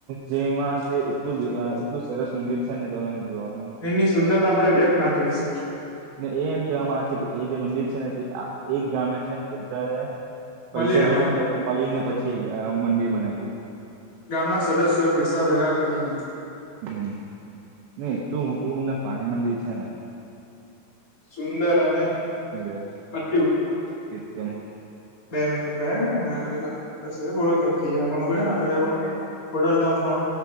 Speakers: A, on the right; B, on the left.
A: જેમાં જેટલું અહ એટલું સરસ મંદિર છે તમ જોવાનું
B: એની સુંદરતા આપણે વ્યક્ત ના કરી શકીએ
A: ને એ એમ કેવામાં આવે છે કે એ જે મંદિર છે ને તે આ એક ગામે છે ને બધાએ પૈસા
B: મળીને મનાવે
A: ભેગા કરિને મલીને પછી અહ મંદિર બનાઈયુ.
B: ગામના સદસ્યોએ પૈસા ભેગા કરી ને
A: હમ્મ ને એટલું મોટુંને પાય મંદિર છે ને
B: સુંદર અને
A: જે
B: અતિ ઉત્તમ
A: ઈ તે
B: બે મિનટો બે મિનિટ ને હા તો કેટલા આ સબ બહુ કટ થાય હે <unintelligible> ખોડલ ધામ પણ